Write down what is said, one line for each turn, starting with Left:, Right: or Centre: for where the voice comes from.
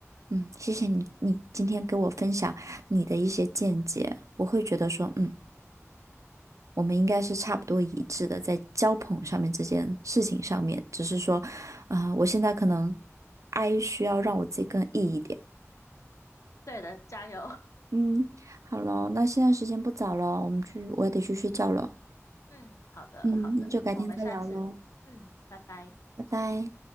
Right: 嗯，谢谢你，你今天给我分享你的一些见解，我会觉得说，嗯。我们应该是差不多一致的，在交朋上面这件事情上面，只是说，啊、呃我现在可能 I 需要让我自己更 E 一点。
Left: 对的，加油。<laughs>
Right: 嗯，好喽，那现在时间不早了，我们去，我也得去睡觉了。
Left: 嗯，好的，
Right: 嗯，
Left: 好的，
Right: 那就改天再聊喽，
Left: 我们下次，嗯，拜拜。
Right: 拜拜。